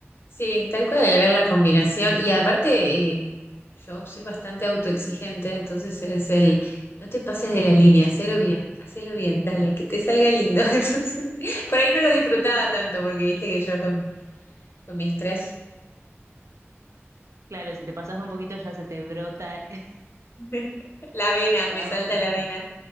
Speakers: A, on the left; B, on the right.
A: Sí, tal cual el ver la combinación. Y aparte, eh, yo soy bastante autoexigente, entonces es el, no te pases de la línea, hacelo bien, hacelo bien, dale, que te salga lindo. <laughs> Entonces, por ahí no lo disfrutaba tanto, porque viste que yo con, con mi estrés,
B: Claro, si te pasas un poquito ya se te brota, <laughs>
A: <laughs> la vena,
B: te
A: me
B: da
A: salta
B: un...
A: la vena.